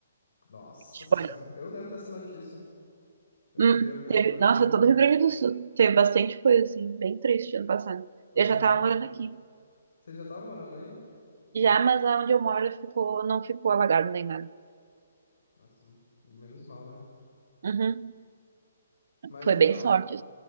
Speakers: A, on the left (about 85°); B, on the right (about 50°).
A: Nossa
B: Tipo,
A: Senhora.
B: olha,
A: Eu lembro dessa notícia. Eu
B: hum,
A: cheguei a ver
B: teve,
A: no, no no
B: nossa,
A: jornal.
B: todo o Rio Grande do Sul teve bastante coisa, assim, bem triste ano passado.
A: Aham.
B: Eu já tava morando aqui.
A: Você já tava morando aí?
B: Já, mas onde eu moro ficou, não ficou alagado nem nada.
A: Nossa, menos mal, né?
B: Uhum,
A: Mas
B: foi
A: então.
B: bem sorte,